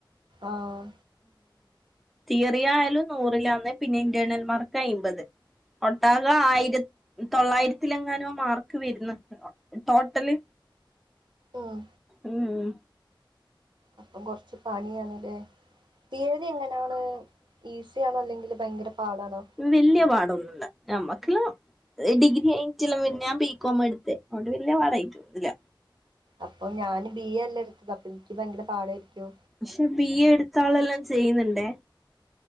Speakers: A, on the right; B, in the centre.
A: ആഹ്
B: തിയറി ആയാലും നൂറിലാന്ന് പിന്നെ ഇന്റേണൽമാർക്ക് അയിമ്പത്. ഒട്ടാക ആയിര തൊള്ളായിരത്തിലെങ്ങാനോ മാർക്ക് വരുന്ന ടോട്ടല്
A: ഉം.
B: ഉം
A: അപ്പൊ കൊർച്ച് പണിയാണ്ല്ലേ തിയറി എങ്ങനെയാണ്? ഈസിയണോ അല്ലെങ്കിൽ ഭയങ്കര പാടാണോ?
B: വെല്യ പാടൊന്നുല്ല ഞമ്മ്വക്ക്ല ഡിഗ്രിഎയ്റ്റില പിന്നെ ഞാൻ ബി കോമാ എടുതെ അതൊണ്ട് വെലിയ പാടായിട്ടോന്നുല്ല
A: അപ്പൊ ഞാന് ബി എ ല്ലേ എടുത്തത് അപ്പൊ ഇൻകി ഭയങ്കര പാടായിരിക്കോ?
B: ക്ഷെ ബി എ എടുത്ത ആളെല്ലാം ചെയ്യുന്നുണ്ടേ